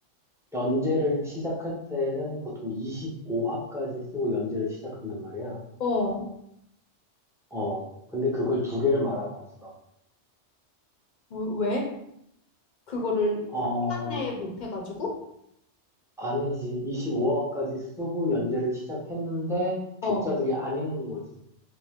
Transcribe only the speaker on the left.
어,
왜? 그거를
그 시간 내에 못 해가지고?
어,